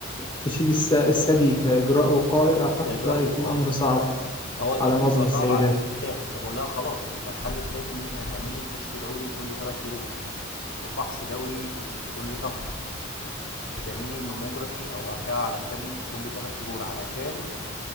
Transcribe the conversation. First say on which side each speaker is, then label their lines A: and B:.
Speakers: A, on the left (about 25°); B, on the left (about 65°).
A: تشيل الس- الثدي كاجراء وقائي اعتقد
B: كاجراء
A: ده هيكون
B: وقائي
A: امر صعب
B: فهو الامر
A: على معظم
B: بيبقى
A: السيدات
B: صعب على الستات فبقول لها خلاص يبقى الحل التاني ان انت هتعملي كشف دوري كل 3 شهور وفحص دوري كل شهر وتعملي ماموجرافي او اشعه على الثدي كل 3 شهور علشان